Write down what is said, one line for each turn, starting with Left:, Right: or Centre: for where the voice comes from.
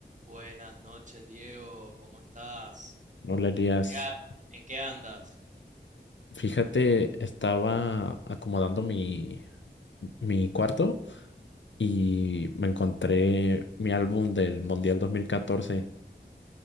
Right: Buenas noches, Diego, ¿cómo estás?
Left: Hola Elías,
Right: ¿Qué ha- ¿En qué andas?
Left: fíjate, estaba acomodando mi, mi cuarto y me encontré mi álbum del Mundial 2014.